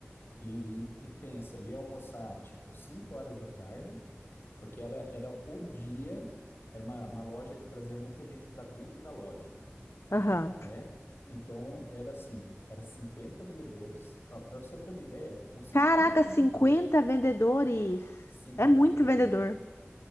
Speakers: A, on the left; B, on the left.
A: E, e pensa, eu ia almoçar tipo 5 horas da tarde, porque era, era o dia, era uma, uma loja que trazia muita gente para dentro da loja
B: Aham.
A: né? Então era assim, era 50 vendedores. Para você ter uma ideia, com 50
B: Caraca,
A: vendedores,
B: 50 vendedores.
A: 50
B: É muito
A: vendedores,
B: vendedor.